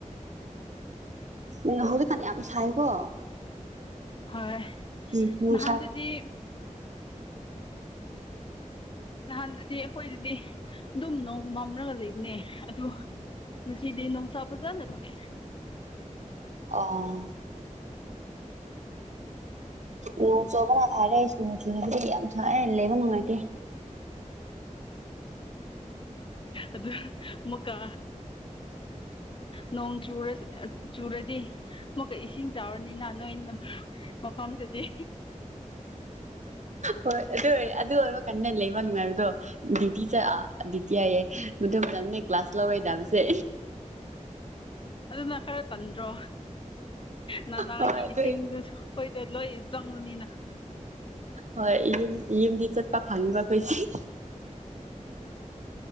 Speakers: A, on the right; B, on the left.
A: ꯎ ꯍꯧꯖꯤꯛꯀꯥꯟꯅꯤ ꯌꯥꯝ ꯁꯥꯏꯀꯣ
B: ꯍꯣꯏ
A: ꯎꯝ ꯅꯨꯡꯁꯥ
B: ꯅꯍꯥꯟꯗꯨꯗꯤ ꯅꯍꯥꯟꯗꯨꯗꯤ ꯑꯩꯈꯣꯏꯗꯗꯤ ꯑꯗꯨꯝ ꯅꯣꯡ ꯃꯝꯂꯒ ꯂꯩꯕꯅꯦ ꯑꯗꯨ ꯉꯁꯤꯗꯤ ꯅꯨꯡꯁꯥ ꯐꯖꯅ ꯊꯣꯛꯑꯦ
A: ꯑꯣ ꯎ ꯆꯣꯕꯅ ꯐꯔꯦ ꯅꯣꯡ ꯆꯨꯁꯨꯗꯤ ꯌꯥꯝ ꯊꯦ ꯂꯩꯕ ꯅꯨꯡꯉꯥꯏꯇꯦ
B: ꯑꯗꯨ ꯃꯀꯥ ꯅꯣꯡ ꯆꯨꯔ ꯆꯨꯔꯗꯤ ꯑꯃꯨꯛꯀ ꯏꯁꯤꯡ ꯆꯥꯎꯔꯅꯤꯅ ꯅꯣꯏ ꯃꯐꯝꯗꯨꯗꯤ
A: ꯍꯣꯏ ꯑꯗꯨ ꯑꯣꯏ ꯑꯗꯨ ꯑꯣꯏꯕ ꯀꯟꯅ ꯂꯩꯕ ꯅꯨꯡꯉꯥꯏꯕꯗꯣ ꯭ꯌꯇꯤ ꯆꯠ ꯗꯤꯌꯇꯤ ꯍꯥꯏꯌꯦ ꯃꯗꯨꯃ ꯅ ꯀ꯭ꯂꯥꯁ ꯂꯧꯔꯣꯏꯗꯅ ꯄꯁꯦ
B: <inaudible> ꯑꯗꯨꯅ ꯈꯔ ꯇꯟꯗ꯭ꯔꯣ ꯅꯅꯥꯒꯤ
A: ꯍꯣꯏ ꯑꯗꯨꯏ
B: ꯏꯁꯤꯡꯗꯨꯁꯨ ꯑꯩꯈꯣꯏꯗ ꯂꯣꯏ ꯆꯪꯕꯅꯤꯅ
A: ꯍ ꯏ ꯏꯝꯗꯤ ꯆꯠ ꯄ ꯐꯥꯉꯕ ꯈꯣꯏꯁꯤ <inaudible>